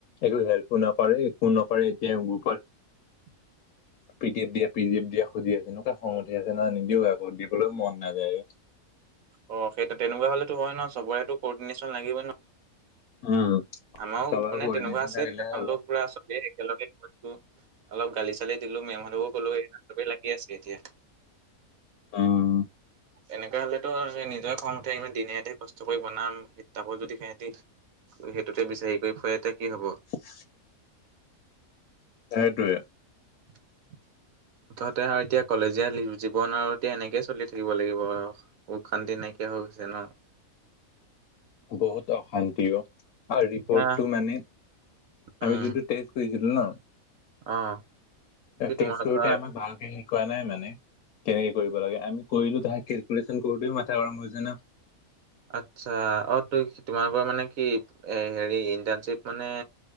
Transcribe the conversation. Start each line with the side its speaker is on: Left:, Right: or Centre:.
Left: একো হেল্পো নকৰে, একো নকৰে, এতিয়া সেই গ্ৰুপত
Right: <inaudible>
Left: পিডিএফ দিয়া, পিডিএফ দিয়া খুজি আছে। এনেকুৱা খং উঠি আছে নহয়, নিদিওঁ আকৌ, দিবলৈও মন নাযায়।
Right: অ', সেইটো তেনেকুৱা হ'লেতো হয়েই ন? চবৰে তো ক'ৰ্ডিনেশ্যন লাগিবই ন
Left: উম।
Right: আমাৰো
Left: চবৰে
Right: মানে
Left: কৰ্ডিনেশ্যন
Right: তেনেকুৱা,
Left: থাকিলেহে
Right: <unintelligible>
Left: হ'ব।
Right: চবেই একেলগে কৈছোঁ অলপ গালি-চালি দিলোঁ, মেমহঁতকো ক'লোঁ, এইয়া, চবেই লাগি আছে এতিয়া
Left: উম।
Right: এনেক কে হ'লেটো নিজৰেই খং উঠে ইমান দিনে-ৰাতিয়ে কষ্ট কৰি বনাম, শীত-তাপৰ যদি সেহেঁতি হে টোতে বিচাৰি কৰি ফুৰে, তে কি হ'ব?
Left: <inaudible> সেইটোৱে
Right: <inaudible> মুঠতে আৰু এতিয়া কলেজীয়া জীৱন আৰু এতিয়া এনেকেই চলি থাকিব লাগিব আৰু। সুখ শান্তি নাইকিয়া হৈ গৈছে ন'?
Left: বহুত অশান্তি। আৰু ৰিপৰ্টটো
Right: এতিয়া
Left: মানে
Right: উম
Left: আমি যোন কৰিছিল ন'?
Right: অ'। কি
Left: টেচ
Right: তোমালোকৰ
Left: কৰোতে আমাক ভালকে শিকোৱা নাই মানে কেনেকে কৰিব লাগে আমি। কৰিলো তাহে কেলকুলেশ্যন কৰোঁতেই মাথা গৰম হৈ যায় না।
Right: আচ্ছা। অ' ত-তোমালোকৰ মানে কি এ, হেৰি ইণ্টাৰণশ্বিপ মানে